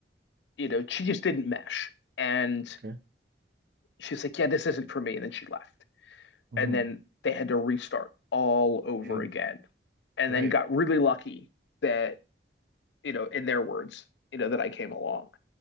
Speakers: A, on the left; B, on the right.
A: you know, she just didn't mesh. And
B: okay.
A: she's like, "Yeah, this isn't for me," and then she left.
B: Mhm,
A: And then they had to restart all over
B: yeah,
A: again, and
B: right.
A: then got really lucky that, you know, in their words, you know, that I came along.